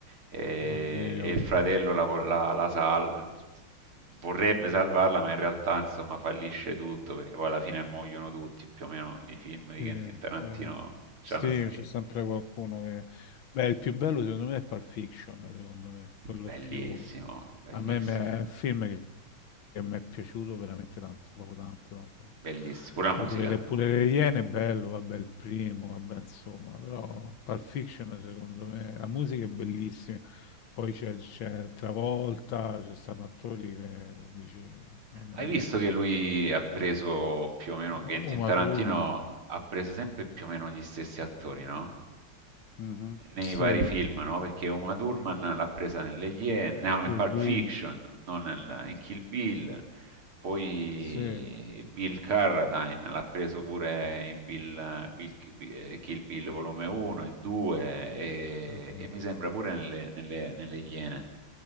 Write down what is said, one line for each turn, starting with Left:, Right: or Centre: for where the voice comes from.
Right: e,
Left: Oddio.
Right: e il fratello la, vo- la- la sal- vorrebbe salvarla, ma in realtà insomma fallisce tutto perché poi alla fine muoiono tutti, più o meno i film di
Left: Sì,
Right: Quentin Tarantino
Left: sì.
Right: c'hanno
Left: Sì,
Right: sti...
Left: c'è sempre qualcuno che... Beh, il più bello secondo me è Pulp Fiction, secondo me, quello
Right: Bellissimo,
Left: più...
Right: bellissimo,
Left: A me me- è un film che, che mi è piaciuto veramente tanto, proprio tanto, tanto.
Right: bellissimo, pure la
Left: Poi
Right: musica.
Left: pure, pure Le Iene è bello, vabbè, il primo, vabbè, insomma, però Pulp Fiction secondo me, la musica è bellissima, poi c'è c'è Travolta, ci stanno attori che dici, mamma
Right: Hai
Left: mia,
Right: visto che lui ha preso più o meno, Quentin
Left: Ma- Uma
Right: Tarantino
Left: Thurman.
Right: ha preso sempre più o meno gli stessi attori, no?
Left: Mhm.
Right: Nei
Left: Sì.
Right: vari film, no? Perché Uma Thurman l'ha presa nelle Iene, no, in
Left: Che
Right: Pulp
Left: bello.
Right: Fiction, non nel- in Kill Bill. Poi
Left: Sì.
Right: Bill Carradine l'ha preso pure in Bill, Bill- Bi- eh, Kill Bill volume 1, il 2 e,
Left: Mhm.
Right: e mi sembra pure nelle, nelle- nelle Iene.